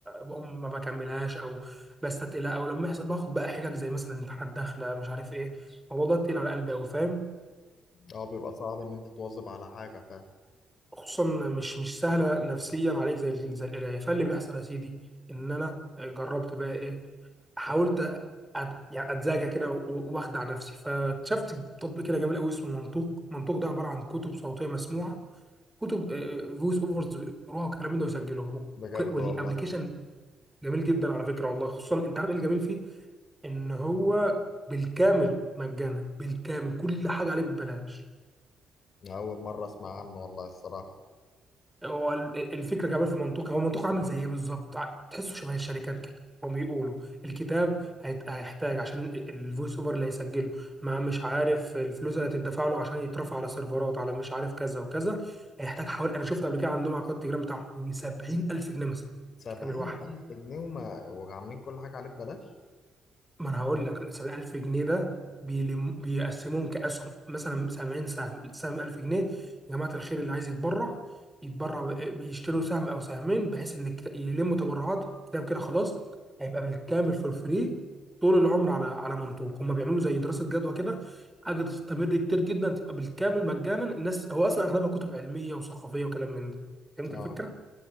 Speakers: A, in the centre; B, on the left.
A: بقوم ما بكملهاش او بستتقلها او لما يحصل باخد بقى حجج زي مثلا امتحانات داخله مش عارف ايه الموضوع ده تقيل على قلبي قوي فاهم
B: اه بيبقى صعب ان انت تواظب على حاجة فعلا
A: خصوصا مش مش سهله نفسيا عليك زي زي القرايه فاللي بيحصل يا سيدي ان انا جربت بقى ايه حاولت أد... يعني اتزاجى كده و- و- واخدع نفسي فاكتشفت تطبيق كده جميل قوي اسمه منطوق منطوق ده عباره عن كتب صوتيه مسموعه كتب فويس اوفرز بيقروها والكلام ده ويسجلوها وك-
B: بجد
A: والابلكيشن
B: والله
A: جميل جدا على فكره والله خصوصا انت عارف ايه الجميل فيه ان هو بالكامل مجانا بالكامل كل حاجه عليه ببلاش
B: أنا أول مرة أسمع عنه والله الصراحة
A: هو ال- الفكره كمان في منطقه هو منطقه عامل زي ايه بالظبط ع- تحسه شبه الشركات كده هم بيقولوا الكتاب هيت- هيحتاج عشان ال- الفويس اوفر اللي هيسجله ما مش عارف الفلوس اللي هتدفع له عشان يترفع على سيرفرات على مش عارف كذا وكذا هيحتاج حوالي انا شفت قبل كده عندهم على قناه التليجرام بتاعهم 70000 جنيه مثلا
B: سبعين
A: الكتاب الواحد
B: ألف جنيه وما وعاملين كل حاجة عليه ببلاش؟
A: ما انا هقول لك 70000 جنيه ده بيلم- بيقسموهم كاسهم مثلا 70 سهم السهم 1000 جنيه يا جماعه الخير اللي عايز يتبرع يتبرع ب- بيشتروا سهم او سهمين بحيث ان الكت- يلموا تبرعات كده وكده خلاص هيبقى بالكامل في الفري طول العمر على على منطوق هم بيعملوا زي دراسه جدوى كده حاجه تستمر كتير جدا تبقى بالكامل مجانا الناس هو اصلا اغلبها كتب علميه وثقافيه وكلام من ده فهمت
B: اه
A: الفكره؟